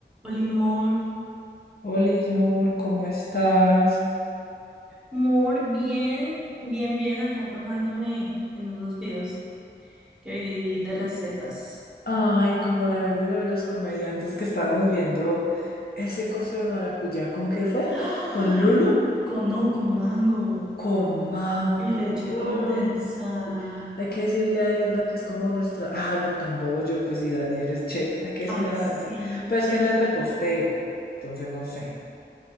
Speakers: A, in the centre; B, on the left (about 55°).
A: Oli Mor,
B: Hola, Ismor, ¿cómo estás?
A: Mor, bien, bien, bien, acá antojándome en unos videos que vi de recetas.
B: Ay, como la vez de lo de los comediantes que estábamos viendo ese coso de maracuyá, ¿con qué fue?
A: ¡Ay!
B: ¿Con Lulo?
A: Con, no, con mango
B: Con mango.
A: y leche
B: Uy,
A: condensada.
B: Hay que decirle a Edna que es como nuestra. Ah, no, tan bollo, pues sí, Daniel es chef, hay que decirle
A: Ay,
B: a
A: sí,
B: Daniel. Pero
A: sí.
B: es que no es repostero, entonces no sé.